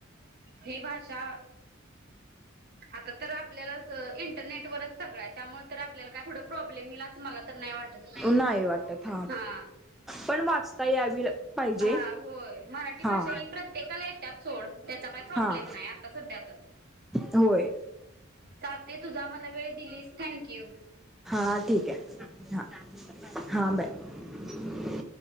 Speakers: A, on the right; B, in the centre.
A: ही भाषा आता तर आपल्याला इंटरनेट वरच सगळं त्यामुळे आपल्याला काय पुढं प्रॉब्लेम येईल अस मला तर नाही वाटत.
B: नाही वाटत
A: हा.
B: पण वाचता यावी. पाहिजे
A: हा होय. मराठी
B: हा
A: भाषा ही प्रत्येकाला येत्याच सोड त्याचा काही प्रॉब्लेम
B: हा
A: नाही आता सध्यात तर
B: होय.
A: चालतयं. तुझा मला वेळ दिलीस थँंक यू.
B: हां ठीक हाय. हां हां बाय.